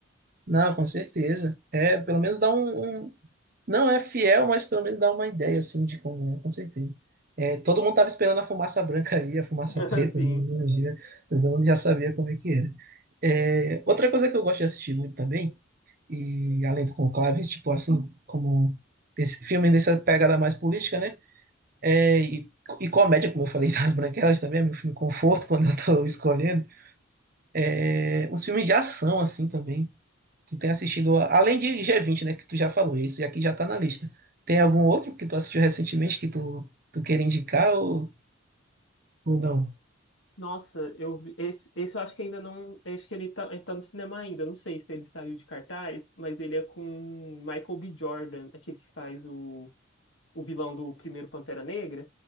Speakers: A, on the right; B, on the left.
A: não, com certeza. É, pelo menos dá um, um- Não, é fiel, mas pelo menos dá uma ideia, assim, de como é, com certeza. É, todo mundo tava esperando a fumaça branca aí, a fumaça
B: <laughs>
A: preta,
B: Assim.
A: né? Um dia, todo mundo já sabia como é que era. É, outra coisa que eu gosto de assistir muito também, e além do Conclave, tipo assim, como esse filme nessa pegada mais política, né? É, e, e comédia, como eu falei, <laughs> das Branquelas também, é meu filme conforto quando eu tô escolhendo. É, uns filmes de ação, assim, também. Tu tem assistido, a- além de G20, né, que tu já falou, esse aqui já tá na lista. Tem algum outro que tu assistiu recentemente que tu, tu queira indicar ou, ou não?
B: Nossa, eu vi- esse, esse eu acho que ainda não. Acho que ele tá, ele tá no cinema ainda. Não sei se ele saiu de cartaz, mas ele é com Michael B. Jordan, aquele que faz o, o vilão do primeiro Pantera Negra.